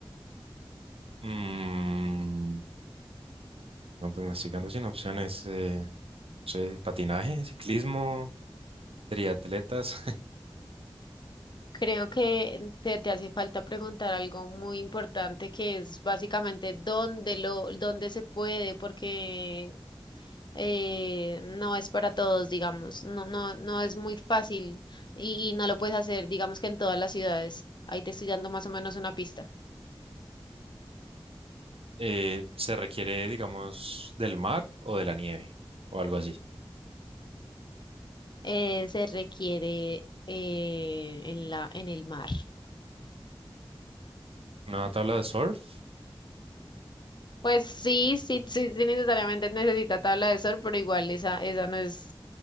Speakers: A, on the right; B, on the left.
A: mm, No, pues me estoy quedando sin opciones. eh, no sé, patinaje, ciclismo, triatletas. <laughs>
B: Creo que te, te hace falta preguntar algo muy importante que es básicamente dónde lo, dónde se puede, porque eh, no es para todos, digamos, no, no, no es muy fácil y, y no lo puedes hacer, digamos que en todas las ciudades. Ahí te estoy dando más o menos una pista.
A: Eh, se requiere, digamos, del mar o de la nieve o algo así.
B: Eh, se requiere eh, en la, en el mar.
A: Una tabla de surf.
B: Pues sí, sí, sí, sí, necesariamente necesita tabla de sol, pero igual esa, esa no es,